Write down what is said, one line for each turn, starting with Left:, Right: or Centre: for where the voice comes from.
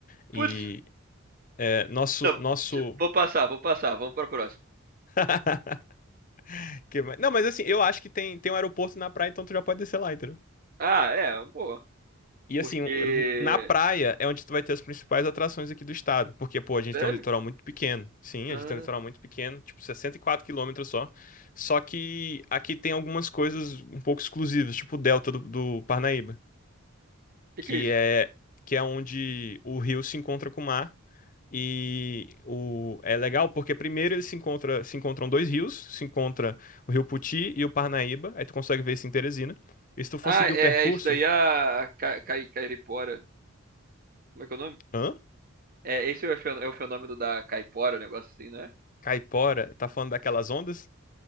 Left: E
Right: Putz.
Left: é, nosso,
Right: Não,
Left: nosso
Right: ti- vou passar, vou passar. Vamos para a próxima.
Left: <laughs> Que vai- Não, mas assim, eu acho que tem, tem um aeroporto na praia, então tu já pode descer lá, entendeu?
Right: Ah, é. Boa.
Left: E assim,
Right: Porque.
Left: um- na praia é onde tu vai ter as principais atrações aqui do estado. Porque, pô, a gente
Right: Sério?
Left: tem um litoral muito pequeno. Sim,
Right: Ah,
Left: a gente tem um litoral muito pequeno, tipo 64 quilômetros só. Só que aqui tem algumas coisas um pouco exclusivas, tipo o delta do, do Parnaíba,
Right: que
Left: que
Right: que é isso?
Left: é, que é onde o rio se encontra com o mar. E o, é legal porque primeiro eles se encontra, se encontram dois rios, se encontra o Rio Puti e o Parnaíba, aí tu consegue ver isso em Teresina. E se tu for
Right: Ah,
Left: seguir
Right: é,
Left: o percurso,
Right: é isso daí a ca, cai- caipora. Como é que é o nome?
Left: hã?
Right: É, esse é o fenô- é o fenômeno da caipora, um negócio assim, não é?
Left: Caipora, tá falando daquelas ondas?